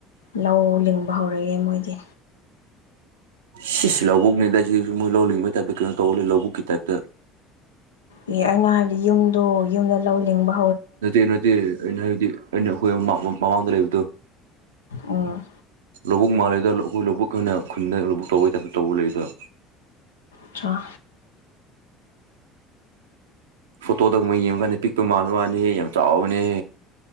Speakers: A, on the left; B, on the right.
A: ꯂꯧ ꯂꯤꯡꯕ ꯍꯧꯔꯛꯑꯦ ꯃꯣꯏꯗꯤ
B: ꯁꯤ ꯂꯧꯕꯨꯛꯅꯤꯗ ꯁꯤꯁꯨ ꯃꯣꯏ ꯂꯧꯅꯤꯡꯤꯡꯕꯩ ꯇꯥꯏꯞꯇ ꯀꯩꯅꯣ ꯇꯧ ꯂꯩ ꯂꯧꯕꯨꯛꯀꯤ ꯇꯥꯏꯞꯇ
A: ꯑꯦ ꯑꯩꯅ ꯍꯥꯏꯕꯗꯤ ꯌꯨꯝꯗꯣ ꯌꯨꯝꯗ ꯂꯧꯅꯤꯡꯤꯡꯕ
B: ꯅ ꯅꯩꯅ ꯍ ꯃꯃꯥꯡꯗ ꯂꯩ ꯇ
A: ꯎꯝ
B: ꯂꯧꯕꯨꯛ ꯃꯥꯜꯜꯂꯤꯦꯗ ꯑꯩꯈꯣꯏ ꯂꯧꯕꯛꯈꯟꯅ ꯈꯨꯟꯗ ꯂꯧꯕꯛ ꯇꯧꯕꯒꯤ ꯇꯥꯏꯞꯇ ꯇꯧꯕ ꯂꯩꯗ
A: ꯆ
B: ꯐꯣꯇꯣꯗꯪꯕ ꯌꯦꯡꯉꯀꯥꯟꯗ ꯄꯤꯛꯄ ꯃꯜꯥꯟꯕ ꯃꯥꯅꯤ ꯌꯥꯝ ꯆꯥꯎꯕꯅꯦ